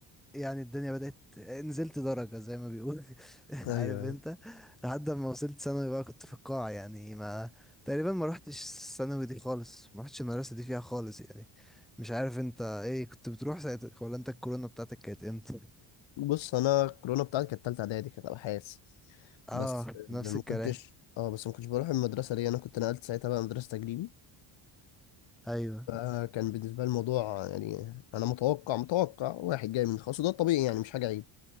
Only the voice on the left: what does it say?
أيوه
أيوه
بص أنا الكورونا بتاعتي كانت تالتة إعدادي كانت أبحاث
بس
ما
كنتش اه بس ما كنتش بروح المدرسة ليه أنا كنت نقلت ساعتها بقى مدرسة تجريبي
فكان بالنسبة لي الموضوع يعني أنا متوقع متوقع واحد جاي من خاص وده الطبيعي يعني مش حاجة عيب